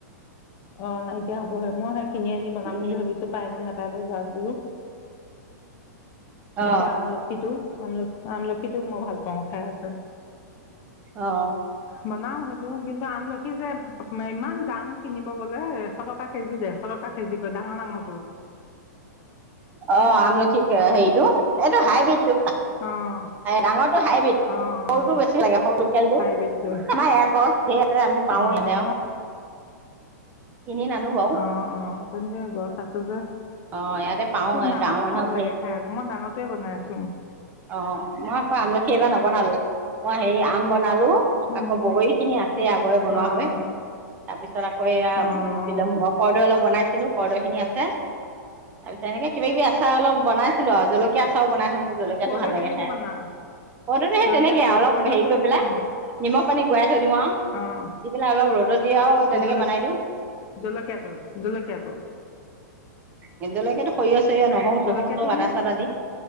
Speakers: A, on the left (about 25°); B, on the right (about 20°).
A: অ নাইকিয়া হ'বহে। মই সেই কিনি আনি বনাম
B: উম
A: বুলি ভাবিছো, পাই নে নাপায়। <unintelligible> যদি,
B: অ
A: আকৌ আমলখিটো। আমলখি আমলখিটোও মই ভাল পাওঁ, খাই আছে।
B: অ
A: বনাও সেইটো কিন্তু আমলখি যে ইমান দাম কিনিব গলে এশ টকা কেজি দেৰশ টকা কেজি কয় ডাঙৰ-ডাঙৰটো। <unintelligible>
B: অ, আমলখী - হেৰিতটো এইটো হাইব্ৰীডটো
A: অঁ
B: ডাঙৰটো হাইব্ৰীড,
A: অঁ অঁ
B: সৰুটো বেছি লাগে সৰু লোকেলটো
A: হাইব্ৰীডটো
B: আমাৰ এয়াত গছ <unintelligible> সেইয়াতে আমি পাওঁ
A: অঁ
B: ইয়াতে। কিনি নানো বাৰু
A: অ, অ, গছ আছে যে
B: অ ইয়াতে পাও
A: নাঙতোও
B: গাঁৱৰ মানুহৰ
A: ভাল
B: ধেৰ
A: লাগে খাই আকৌ, মই ডাঙৰতোয়ে বনাইছো।
B: অ মই ক আমলখি এইবাৰ নবনালো। অই সেই আম বনালো।
A: অঁ
B: আকৌ বগৰী খিনি আছে আগৰে বনোৱা
A: অঁ
B: হৈ তাৰ পিছত আকৌ এয়া
A: অঁ
B: বিল অ কৰৰ্দৈ অলপ বনাই ছিলো কৰ্দৈ খিনি আছে তাৰপিছত এনেক কিবা-কিবি আচাৰ অলপ বনাইছিলো আৰু জলকীয়া আচাও বনাই থৈছো। ভাল
A: কৰদৈ
B: লাগে
A: কেনেকৈ
B: খায়।
A: বনা
B: কৰ্দৈ তো সেই
A: জলকীয়া
B: তেনেকে আৰু
A: কৰদৈটো
B: অলপ হেৰি কৰি
A: কেনেকৈ
B: পেলাই
A: বনাইছা
B: নিমখ পানী গৰাই থৈ দিওঁ আৰু
A: অঁ
B: দি পেলাই অলপ ৰ'দত দি, আৰু তেনেকে
A: এই জল
B: বনাই দিওঁ
A: জলকীয়াটো জলকীয়াটো
B: নিজলৈকেতো সৰিয়হ নহৰু-চহৰো
A: জলকীয়াটো
B: ছপ আদা-চাদা
A: নে
B: দি।